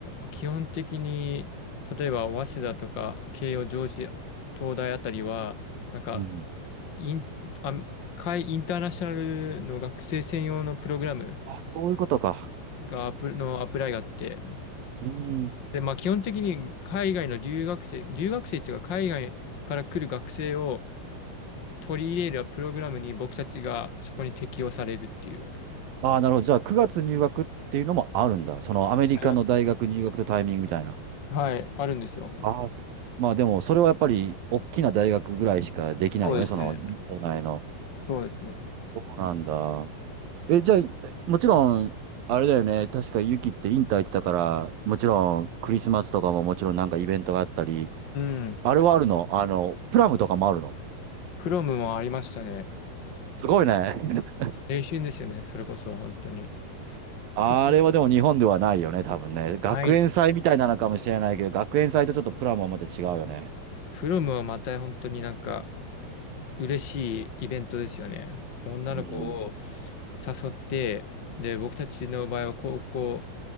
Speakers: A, on the left (about 55°); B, on the right (about 65°).
A: ー基本的に、例えば早稲田とか慶応、上智、東大あたりは、なんか
B: うん。
A: イン、あ、海インターナショナルの学生専用のプログラム
B: あ、そういうことか。
A: がアプ、のアプライがあって、
B: うん。
A: で、まあ基本的に海外の留学生、留学生っていうか海外から来る学生を取り入れるプログラムに僕たちがそこに適用されるっていう。
B: ああ、なるほど。じゃあ9月入学っていうのもあるんだ。そのアメリカの大学入学とタイミングみたいな。
A: ありますはい、あるんですよ。
B: ああ、そまあでも、それはやっぱり、大きな大学ぐらいしかできないよね、
A: そうですね。
B: その、日本内の。
A: そうですね。
B: そうなんだ。え、じゃあ、もちろん、あれだよね、確かユキってインター行ってたから、もちろん、クリスマスとかももちろんなんかイベントがあったり、
A: うん。
B: あれはあるのあの、
A: あ
B: プラムとかもあるの
A: プロムもありましたね。
B: すごいね。<laughs>
A: 青春ですよね。それこそ、本当に。
B: あれはでも日本ではないよね、
A: プロム、
B: 多分ね。学園祭みたいなのかもしれないけど、
A: ない。
B: 学園祭とちょっとプラムはまた違うよね。
A: プロムはまた本当になんか、嬉しいイベントですよね。女の子を
B: うん。
A: 誘って、で、僕たちの場合は高校、